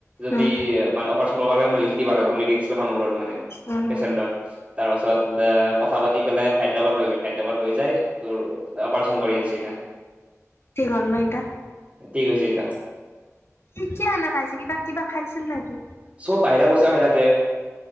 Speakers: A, on the right; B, on the left.
A: যদি
B: উম
A: মানে অপাৰেচন লাগে মই লিখি দিব লাগিব আমি ৰিক্স লব নোৱাৰো মানে
B: উম
A: পেচেণ্টৰ তাৰ পাছত এ কথা পাতি পেলাই হায়দৰাবাদ লৈ গ'ল হায়দৰাবাদ লৈ যাই তোৰ অপাৰচন কৰি আনিছে এতিয়া।
B: থিক হ'লনে এতিয়া
A: ঠিক আছে এতিয়া।
B: কেতিয়া অনা খাইছে কিবা কিবা খাইছিল নেকি
A: চব বাহিৰা বস্তু খাই থাকে